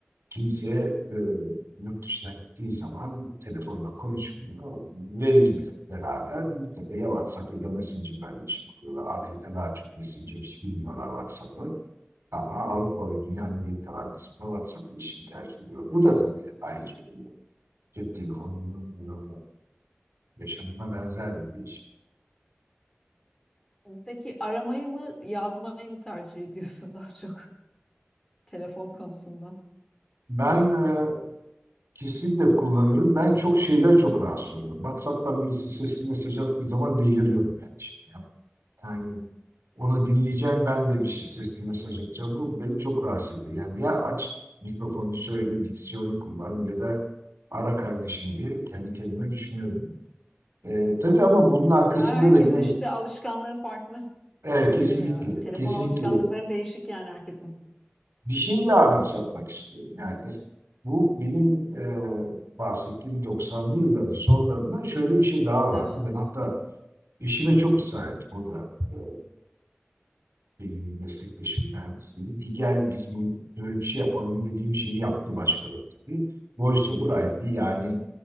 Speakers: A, on the right; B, on the left.
A: kimse e, yurt dışına gittiği zaman telefonla konuşmuyor. Veriyle beraber mutlaka ya WhatsApp ya da Messenger'dan iletişim kuruyorlar. Amerika daha çok Messenger hiç bilmiyorlar WhatsApp'ı. Ama Avrupa ve dünyanın geri kalan kısmı WhatsApp iletişim tercih ediyor. Bu da tabii aynı şekilde cep telefonunun e, yaşamına benzer bir değişim.
B: Peki aramayı mı yazmayı mı tercih ediyorsun daha çok <laughs> telefon konusunda?
A: Ben e, kesinlikle kullanıyorum. Ben çok şeyler çok rahatsız oluyorum. WhatsApp'tan birisi sesli mesaj attığı zaman deliriyorum ben. şimdi. Yani onu dinleyeceğim ben de bir şey sesli mesaj atacağım. Bu beni çok rahatsız ediyor. Yani ya aç mikrofonu söyle, diksiyonu kullan ya da ara kardeşim diye kendi kendime düşünüyorum. Ee, tabii ama bunun arkasında
B: Ya herkesin
A: da yine
B: işte alışkanlığı farklı
A: Evet,
B: olabiliyor
A: kesinlikle,
B: ya. Telefon
A: kesinlikle
B: alışkanlıkları değişik yani herkesin.
A: bir şeyle anımsatmak istiyorum. Yani es- bu benim e, bahsettiğim 90'lı yılların sonlarında şöyle bir şey daha vardı.
B: Evet.
A: Ben hatta eşime çok ısrar ettim. O da e, benim meslektaşım mühendis dedi ki gel biz bu, böyle bir şey yapalım dediğim şeyi yaptı başkaları tabii. VoiceOver IP yani